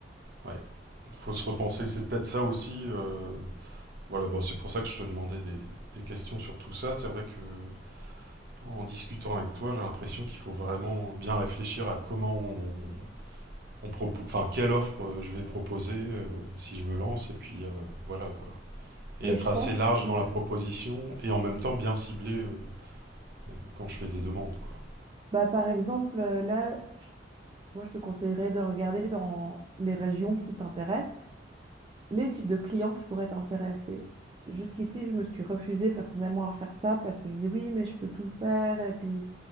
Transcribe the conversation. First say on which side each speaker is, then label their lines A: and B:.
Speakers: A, on the right; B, on the right.
A: Ouais, faut se repenser. C'est peut-être ça aussi. euh, Voilà, bon, c'est pour ça que je te demandais des, des questions sur tout ça. C'est vrai que en discutant avec toi, j'ai l'impression qu'il faut vraiment bien réfléchir à comment on, on propo- enfin quelle offre euh, je vais proposer euh, si je me lance, et puis euh, voilà quoi. Et
B: Et
A: être
B: je
A: assez
B: pense
A: large
B: que,
A: dans la proposition et en même temps bien ciblé euh, euh, quand je fais des demandes quoi.
B: bah, par exemple, euh, là, Moi, je te conseillerais de regarder dans les régions qui t'intéressent, les types de clients qui pourraient t'intéresser. Jusqu'ici, je me suis refusée personnellement à faire ça parce que je me disais oui, mais je peux tout faire. Et puis,